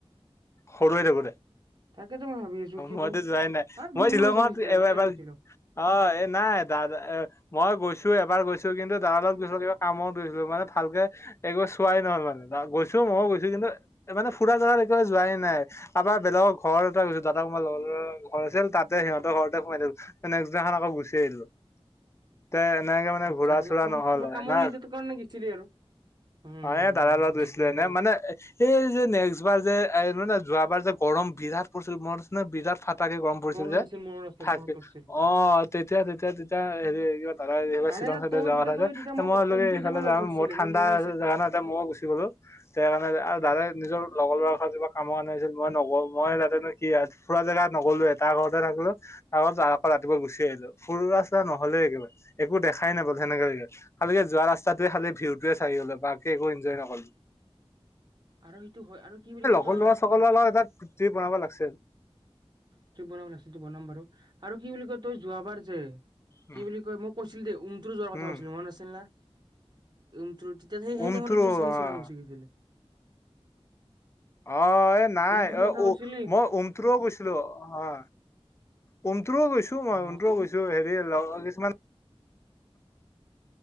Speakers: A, on the left; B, on the right.
A: সৰু হৈ থাকোতে?
B: তাকেতো মই ভাবি আছো কি
A: মইতো
B: কৰো
A: যোৱাই নাই।
B: আ বহুত
A: মই
B: সৰু
A: শ্বিলঙত
B: আছিলো তেতিয়া
A: এব
B: তেতিয়া গৈছিলো।
A: অ এ নাই দাদা এ মই গৈছ এবাৰ গৈছো কিন্তু দাদা লগত গৈছিলো কিবা কামত গৈছিলো মানে ভালকে একবাৰ চোৱাই নহ'ল মানে গৈছো ময়ো গৈছো কিন্তু মানে ফুৰা জেগাত একবাৰে যোৱাই ন নাই আবাৰ বেলেগৰ ঘৰ এটাত গৈছো দাদা কোমা লগৰ ঘৰ আছিল তাতে সিহঁতৰ ঘৰতে সোমাই দিলো নেক্সট দিনাখন আকৌ গুচি আহিলো। তে এনেকে মানে
B: আচ্ছা
A: ঘূৰা চুৰা
B: কাম
A: নহল
B: কিবা
A: হয়
B: কামৰ
A: না
B: ৰিলেটেড কাৰণে গৈছিলি আৰু। উম,
A: অ এ
B: উম,
A: দাৰ
B: উম, উম,
A: লগত গৈছিলো এনে মানে এই যে নেক্সট বাৰ যে এই মানে যোৱাবাৰ যে গৰম বিৰাট পৰিছিল মনত আছে নে বিৰাট ফা তাকে গৰম পৰিছিল
B: মনত
A: যে,
B: আছিল মনত আছিল
A: থাকি
B: মনত পৰিছিল
A: অঁ, তেতিয়া তেতিয়া তেতিয়া হেৰি কিবা দাদাই
B: আৰে
A: শ্বিলং চাইডে
B: তই
A: যোৱা কথা
B: তেতিয়া তই
A: যে তেতিয়া
B: মোক
A: মই
B: উমটোৰ
A: এইফালে
B: যাবা লগ
A: যাম
B: ধৰিছিলি
A: মোৰ ঠাণ্ডা
B: মনত
A: জেগাটা আছে এ মইও গুচি গলো সেই কাৰণে আৰু দাদাই নিজৰ লগৰ ল'ৰা ঘৰত যিবা কামৰ কাৰণে যে মই নগ মই তাতেনো কি আ ফুৰা জেগাত নগলো এটা ঘৰতে থাকিলো ত তাৰ আকৌ ৰাতিপুৱা গুচি আহিলো নহ'লে একেবাৰে একো দেখাই নাপালো
B: অ',
A: সেনেকা লাগিলে। আৰু সে যোৱা ৰাস্তাটোৱে খালি ভিউটোৱে চাই গলো বাকী একো এনজয়ে নকৰ
B: আৰু সেইটো হয় আৰু কি বুলি কয়
A: লগৰ
B: এট
A: ল'ৰা চগৰ ল'ৰা লগত এটা ট্ৰিপ বনাব লাগছিল
B: ট্ৰিপ বনাবলগীয়া সেটো বনাম বাৰু আৰু কি বুলি কয় তোৰ যোৱাবাৰ যে
A: উম
B: কি বুলি কয় মোক কৈছিল দেউ উমটো যোৱাৰ কথা
A: উম
B: কৈছিল মনত আছিল না? উ তোৰ তেতিয়া সেই
A: উমটো
B: সেই টাইমতে চাগে
A: অ
B: শ্বিলং গুছি গেছিলে
A: অ এ নাই
B: উমটোৰ
A: অ
B: কথা
A: উ
B: কৈছিলি
A: মই উমথ্ৰ গৈছিলো অ উমথ্ৰু গৈছো মই
B: অ
A: উমট্ৰ
B: উম
A: গৈছো হেৰি এ ল কিছুমান